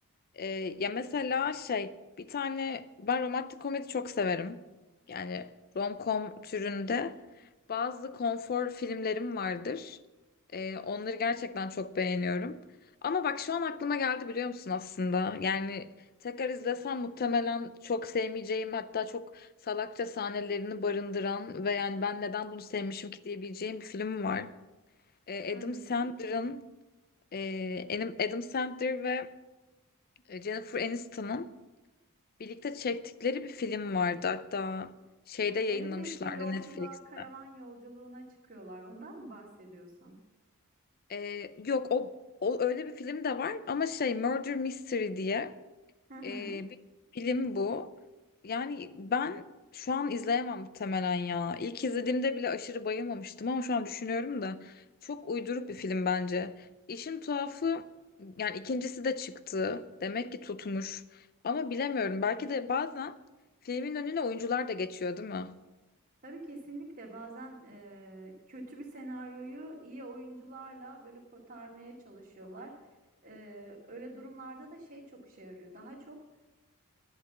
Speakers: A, on the left (about 45°); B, on the right (about 40°).
A: Ee, ya mesela şey bir tane ben romantik komedi çok severim. Yani rom-com türünde bazı konfor filmlerim vardır. Ee, onları gerçekten çok beğeniyorum. Ama bak şu an aklıma geldi biliyor musun aslında? Yani tekrar izlesem muhtemelen çok sevmeyeceğim hatta çok salakça sahnelerini barındıran ve yani ben neden bunu sevmişim ki diyebileceğim bir film var. Ee,
B: Hangisi?
A: Adam Sandler'ın e, Adam Adam Sandler ve Jennifer Aniston'ın Birlikte çektikleri bir film vardı. Hatta şeyde yayınlamışlardı
B: Evet evet bir yolculuğa,
A: Netflix'te.
B: karavan yolculuğuna çıkıyorlar. Ondan mı bahsediyorsun?
A: Ee, yok o, o öyle bir film de var ama şey Murder Mystery diye
B: Hı hı.
A: ee, bir film bu. Yani ben şu an izleyemem muhtemelen ya. İlk izlediğimde bile aşırı bayılmamıştım ama şu an düşünüyorum da çok uyduruk bir film bence. İşin tuhafı yani ikincisi de çıktı. Demek ki tutmuş. Ama bilemiyorum. Belki de bazen filmin önüne oyuncular da geçiyor, değil mi?
B: Tabii kesinlikle bazen e, kötü bir senaryoyu iyi oyuncularla böyle kotarmaya çalışıyorlar. E, öyle durumlarda da şey çok işe yarıyor. Daha çok